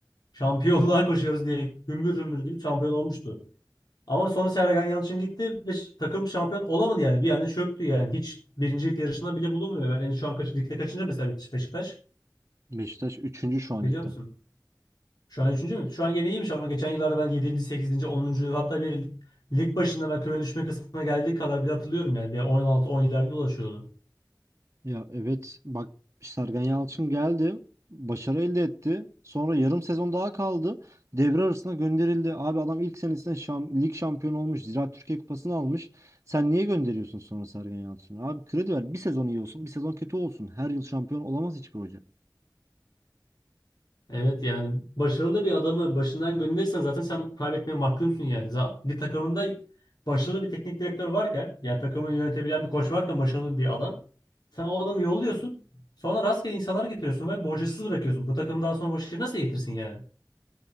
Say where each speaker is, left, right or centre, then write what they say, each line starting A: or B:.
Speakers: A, on the left; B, on the right.
A: şampiyonluğa koşuyoruz diye gümbür gümbür gidip şampiyon olmuştu. Ama sonra Sergen Yalçın gitti ve ş- takım şampiyon olamadı yani. Bir yani çöktü yani. Hiç birincilik yarışına bile bulunmuyor. Yani şu an kaç, ligde kaçıncı mesela Beşiktaş?
B: Beşiktaş üçüncü şu an
A: Biliyor
B: ligde.
A: musun? Şu an üçüncü mü? Şu an gene iyiymiş ama geçen yıllarda ben yedinci, sekizinci, onuncu, hatta bir lig başında ben küme düşme kısmına geldiği kadar bile hatırlıyorum yani. Bir on altı on 17lerde dolaşıyordu.
B: Ya evet bak Sergen Yalçın geldi. Başarı elde etti. Sonra yarım sezon daha kaldı. Devre arasına gönderildi. Abi adam ilk senesinde şam, lig şampiyonu olmuş. Ziraat Türkiye Kupası'nı almış. Sen niye gönderiyorsun sonra Sergen Yalçın'ı? Abi kredi ver. Bir sezon iyi olsun, bir sezon kötü olsun. Her yıl şampiyon olamaz hiçbir hoca.
A: Evet yani başarılı bir adamı başından gönderirsen zaten sen kaybetmeye mahkumsun yani. Za- Bir takımında başarılı bir teknik direktör varken yani takımı yönetebilen bir koç varken başarılı bir adam. Sen o adamı yolluyorsun. Sonra rastgele insanlar getiriyorsun ve borcasız bırakıyorsun. Bu takım daha sonra başarı nasıl getirsin yani?